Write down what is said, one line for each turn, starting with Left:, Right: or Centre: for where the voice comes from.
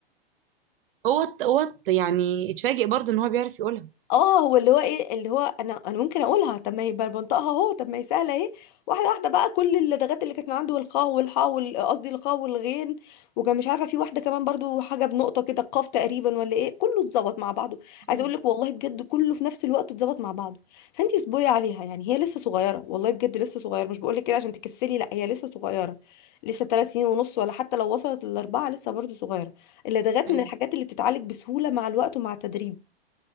Right: هو ت- هو ت- يعني اتفاجئ برضو ان هو بيعرف يقولها
Left: اه هو اللي هو ايه اللي هو انا انا ممكن اقولها طب ما هي بقى بنطقها اهو طب ما هي سهله اهي واحده واحده بقى كل اللدغات اللي كانت من عنده والخاء والحاء وال- قصدي الخاء والغين وكان مش عارفه في واحده كمان برضو حاجه بنقطه كده القاف تقريبا ولا ايه كله اتظبط مع بعضه عايزه
Right: ايوه
Left: اقول لك والله بجد كله في نفس الوقت اتظبط مع بعضه فانتي اصبري عليها يعني هي لسه صغيره والله بجد لسه صغيره مش بقول لك كده عشان تكسلي لا هي لسه صغيره لسه ثلاث سنين ونص ولا حتى لو وصلت للاربعه لسه برضو صغيره اللدغات
Right: ايوه
Left: من الحاجات اللي بتتعالج بسهوله مع الوقت ومع التدريب